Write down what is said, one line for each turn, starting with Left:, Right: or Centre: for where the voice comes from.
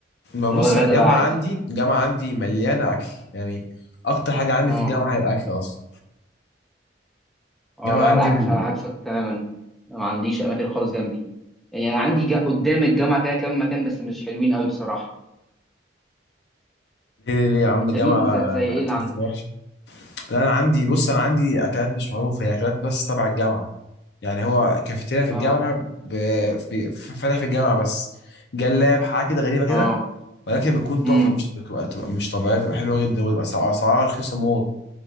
Left: ما
Centre: اللي
Left: بص
Centre: هو غدا
Left: انا الجامعه
Centre: بقى عادي
Left: عندي الجامعه عندي مليانه اكل يعني اكتر حاجه عندي
Centre: اه
Left: في الجامعه هي الاكل اصلا
Centre: اه
Left: الجامعه
Centre: لا
Left: عندي
Centre: العكس
Left: مل-
Centre: على عكسك تماما انا ما عنديش اماكن خالص جنبي يعني انا عندي جا... قدام الجامعه كده كام مكان بس مش حلوين قوي بصراحه
Left: ليه ليه ليه يا عم
Centre: انت
Left: الجامعه
Centre: مين زي, زي ايه
Left: اكل
Centre: اللي عندك
Left: وحش لا انا عندي بص انا عندي اكلات مش معروفه هي اكلات بس تبع الجامعه يعني هو كافيتيريا في
Centre: اه
Left: الجامعه ب... في... فاتح في الجامعه بس جلاب حاجه كده غريبه كده
Centre: اه
Left: ولكن بتكون تحفه
Centre: امم
Left: مش بتبقى بتبقى مش طبيعيه بتبقى حلوه جدا وتبقى سع- اسعارها رخيصه موت